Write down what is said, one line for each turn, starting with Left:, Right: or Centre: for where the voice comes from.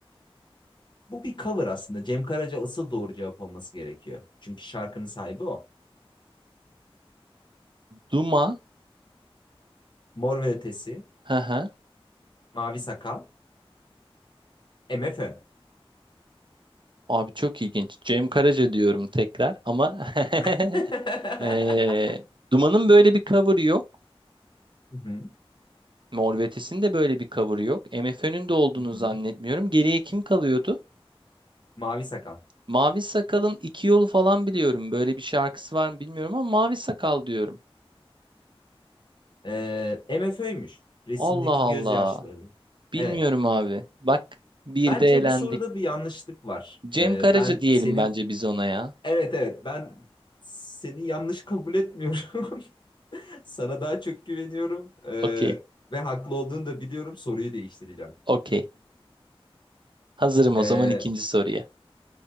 Left: Bu bir cover aslında. Cem Karaca asıl doğru cevap olması gerekiyor. Çünkü şarkının sahibi o.
Right: Duman.
Left: Mor ve Ötesi,
Right: Hı hı.
Left: Mavi Sakal, MFÖ.
Right: Abi çok ilginç. Cem Karaca diyorum tekrar ama <laughs>
Left: <laughs>
Right: ee, Duman'ın böyle bir cover'ı yok.
Left: Hı hı,
Right: Mor ve Ötesi'nin de böyle bir cover'ı yok. MFÖ'nün de olduğunu
Left: hı hı.
Right: zannetmiyorum. Geriye kim kalıyordu?
Left: Mavi Sakal.
Right: Mavi Sakal'ın iki yolu falan biliyorum. Böyle bir şarkısı var mı bilmiyorum ama Mavi Sakal diyorum.
Left: Ee, MFÖ'ymüş. Resimdeki
Right: Allah
Left: gözyaşları.
Right: Allah. Bilmiyorum
Left: Evet.
Right: abi. Bak bir
Left: Bence
Right: de eğlendik.
Left: bu soruda bir yanlışlık var.
Right: Cem
Left: Ee,
Right: Karaca
Left: ben
Right: diyelim
Left: senin...
Right: bence biz ona ya.
Left: Evet evet ben seni yanlış kabul etmiyorum. <laughs> Sana daha çok güveniyorum. Ee,
Right: Okey.
Left: ve haklı olduğunu da biliyorum. Soruyu değiştireceğim.
Right: Okey. Hazırım
Left: Ee,
Right: o zaman ikinci soruya.